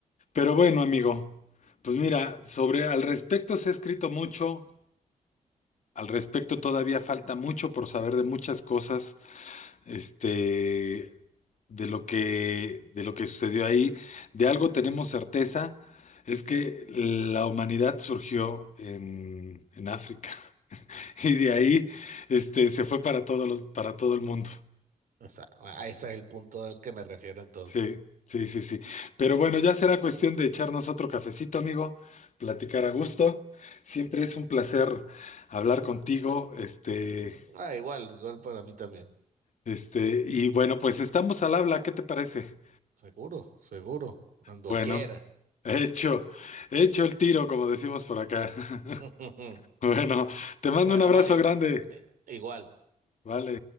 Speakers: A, on the left; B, on the right.
A: Pero bueno, amigo, pues mira, sobre al respecto se ha escrito mucho. Al respecto, todavía falta mucho por saber de muchas cosas, este, de lo que, de lo que sucedió ahí. De algo tenemos certeza, es que la humanidad surgió en, en África <laughs> y de ahí, este, se fue para todos los, para todo el mundo.
B: O sea, a ese es el punto al que me refiero entonces.
A: Sí, sí, sí, sí. Pero bueno, ya será cuestión de echarnos otro cafecito, amigo, platicar a gusto. Siempre es un placer hablar contigo, este.
B: Ah, igual, igual para mí también.
A: Este, y bueno, pues estamos al habla, ¿qué te parece?
B: Seguro, seguro. Cuando
A: Bueno,
B: quiera.
A: <laughs> hecho, hecho el tiro, como decimos por acá. <laughs>
B: <laughs>
A: Bueno, te mando
B: Bueno,
A: un abrazo
B: Mario,
A: grande.
B: eh, igual.
A: Vale.